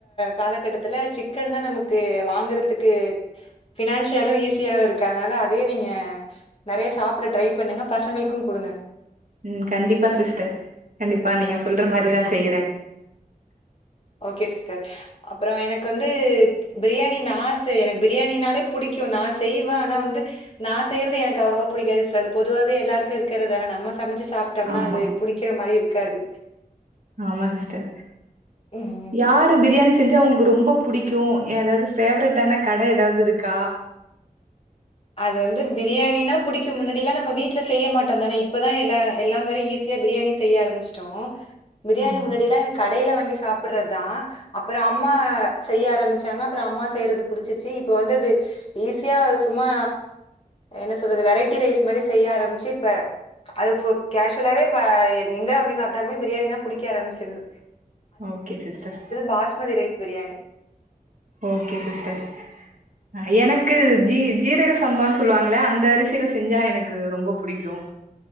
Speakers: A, on the left; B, on the right.
A: காலகட்டத்துல சிக்கன்தா நமக்கு வாங்கறதுக்கு ஃபினான்சியலு ஈஸியாவுருக்கு அதனால அதே நீங்க நெறையா சாப்ட ட்ரை பண்ணுங்க பசங்களுக்கு குடுங்க
B: ம் கண்டிப்பா சிஸ்டர் கண்டிப்பா நீங்க
A: ஓகே
B: சொல்ற
A: சிஸ்டர்.
B: மாரி நா செய்யற
A: ஓகே சிஸ்டர் அப்பறோ எனக்கு வந்து பிரியாணி நா செய் எனக் பிரியாணினாலே புடிக்கு நா செய்வ ஆனா வந்து நா செய்றது எனக்கு அவ்ளவா புடிக்காது சிஸ்ட அது பொதுவாவே எல்லாருக்கு இருக்கறதான நம்ம சமைச்சு சாப்டம்னா
B: ஆமா
A: அது புடிக்கிற மாரிருக் காது
B: ஆமா சிஸ்டர்
A: ம்.
B: யாரு பிரியாணி செ செஞ்சா உங்ளுக்கு ரொம்ப புடிக்கு எதாது ஃபேவரட்டான கட எதாவுது இருக்கா
A: அது வந்து பிரியாணினா புடிக்கு முன்னாடிலா நம்ம வீட்ல செய்ய மாட்டந்தானே இப்பதா எல்லா எல்லா மாரி ஈஸியா பிரியாணி செய்ய ஆரம்பிச்ட்டோ பிரியாணி
B: ஆமா
A: முன்னாடிலா எனக் கடைல வாங்கி சாப்பர்றதா அப்பற அம்மா செய்ய ஆரம்பிச்சாங்க அப்பற அம்மா செய்றது புடிச்சிர்ச்சு இப்ப வந்து து ஈஸியா சும்மா என்ன சொல்றது வெரைட்டி ரைஸ் மாரி செய்ய ஆரம்ச்சு இப்ப அது ஃபு கேஷுவ்லாவே இப்ப எ எங்க வாங்கி சாப்ட்டாலுமே பிரியாணினா புடிக்க ஆரம்பிச்சிர்து
B: okay sister
A: basmati rice biryani.
B: Okay sister அ எனக் கு ஜீ ஜீ ரக சம்பான் சொல்வாங்கள அந்த அரிசில செஞ்சா எனக்கு ரொம்ப புடிக்கு